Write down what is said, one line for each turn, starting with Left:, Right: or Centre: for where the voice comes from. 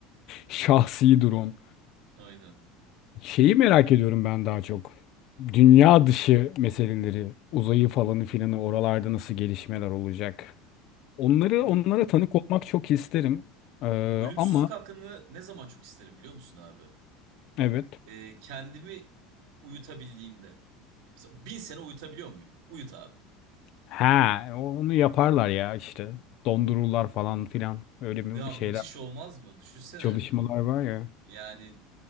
Left: şahsi drone.
Right: Aynen.
Left: Şeyi merak ediyorum ben daha çok. Dünya dışı meseleleri, uzayı falanı filanı oralarda nasıl gelişmeler olacak? Onları
Right: Hı,
Left: onlara tanık olmak çok isterim. Ee,
Right: Ölümsüzlük
Left: ama
Right: hakkını ne zaman çok isterim biliyor musun abi?
Left: evet.
Right: E, kendimi uyutabildiğimde. Mesela bin sene uyutabiliyor muyum? Uyut abi.
Left: Ha, onu yaparlar ya işte. Dondururlar falan filan. Öyle
Right: Ya
Left: bir şeyler,
Right: müthiş olmaz mı? Düşünsene.
Left: çalışmalar var ya.
Right: Yani